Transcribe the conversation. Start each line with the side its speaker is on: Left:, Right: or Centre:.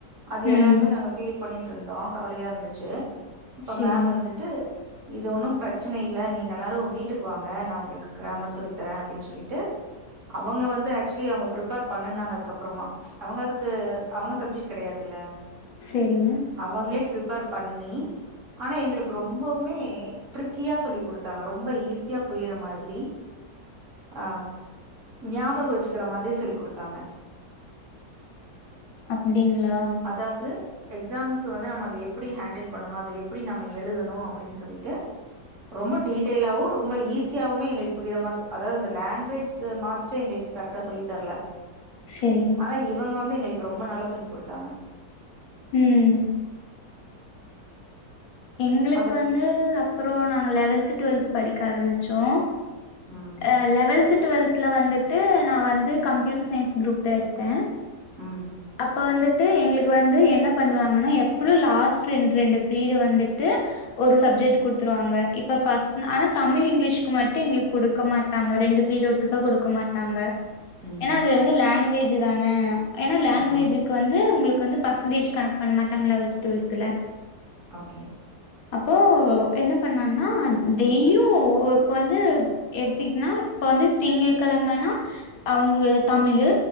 Right: அது
Left: ம்
Right: எல்லாருமே நாங்க ஃபீல் பண்ணிட்டிருந்தோ கவலையா இருந்துச்சு அப்ப
Left: செரிங்
Right: மேம் வந் ந்துட்டு இது ஒன்னும் பிரச்சன இல்ல நீங்க எல்லாரு வீட்டுக்கு வாங்க நா உங்களுக்கு க்ரமர் சொல்லி தரே அப்பிடின்னு சொல்லிட்டு அவங்க வந்து ஆக்சுலி அவங் பிர் பிரேபர் பண்னாங்க அதுக் அப்றமா அவங்க அதுக்கு அவங்க சப்ஜெக்ட் கிடையாதுல்ல
Left: செரிங்க
Right: அவங்ளே பிப்பேர் பண்ணி ஆனா எங்களுக்கு ரொம் ரொம்பவுமே ட்ரிக்கியா சொல்லி குடுத்தாங்க ரொம்ப ஈஸியா புரியிற மாதிரி ஆ ஞாபக வச்சுக்கற மாரி சொல்லி குடுத்தாங்க
Left: அப்டிங்ளா
Right: அதாது எக்ஸாம்க்கு வந்து நம்ம அத எப்பிடி ஹேண்டில் பண்ணணே அத எப்பிடி நம்ம எழுதனு அப்டின் சொல்லிட்டு ரொம்ப டீட்டெயலாவு ரொம்ப ஈஸியாவுமே எங்களுக்கு புரியிற மாரி அதாவது அந்த லாங்குவேஜ் மாஸ்ட்ரே எங்களுக் கரெக்டா சொல்லி தர்ல
Left: செரிங்
Right: ஆனா இவங்க வந்து எங்களுக்கு ரொம்ப நல்லா சொல்லி கொடுத்தாங்க
Left: ம் எங்களுக்கு
Right: அது
Left: வந்து அப்போறோ நாங்க லெவல்த் டுவெல்த் படிக்க ஆரம்பிச்சோ
Right: ம்
Left: ஆ லெவத் டுவெல் த்ல வந்துட்டு நா வந்து கம்ப்பியூட்டர் சயின்ஸ் குரூப் தா எடுத்தே
Right: ம்
Left: அப்ப வந்துட்டு எங்ளுக்கு வந்து என்ன பண்ணுவாங்கன்னா எப்லு லாஸ்ட் ரெண்டு ரெண்டு பீர்டு வந்துட்டு ஒரு சப்ஜெட் குடுத்துருவாங்க இப்ப பஸ் ஆனா தமிழ் இங்கிலீஷ்கு மட்டு எங்களுக்கு குடுக்க மாட் டாங்க ரெண்டு பீர்டு ஒட்டுக்கா கொடுக்க மாட்டாங்க
Right: ம்
Left: ஏன்னா அது வந்து லாங்குவேஜ் தான ஏன்னா லாங்குவேஜு
Right: ஆமா
Left: க்கு வந்து உங்களுக்கு வந்து பஸ்ன்டேஜ் கணக் பண்ண மாட்டாங்க லெவல்த் டுவல்த்துல
Right: ஓகே
Left: அப்போ என்ன பண்ணாங்னா டெய்லியு இப்ப வந்து எடுத்திக்ன்னா இப்ப வந்து திங்கட்கிழம நா அவுங்கு தமிழு